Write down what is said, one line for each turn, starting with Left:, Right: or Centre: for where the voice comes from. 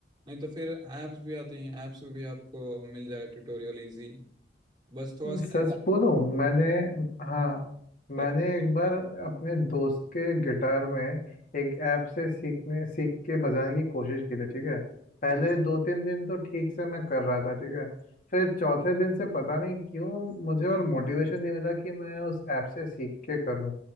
Right: नहीं तो फिर ऐप्स भी आती हैं ऐप्स पे भी आपको मिल जाएगा ट्यूटोरियल इजी बस थोड़ा सा
Left: सच बोलूं मैंने हाँ
Right: प्रैक्टिस
Left: मैंने एक बार अपने दोस्त के गिटार में एक ऐप से सीखने सीख के बजाने की कोशिश की थी ठीक है पहले
Right: हम्म
Left: दो तीन दिन तो ठीक से मैं कर रहा था ठीक है फिर चौथे दिन से पता नहीं क्यों मुझे और मोटिवेशन नहीं मिला कि मैं उस ऐप से सीख के करूं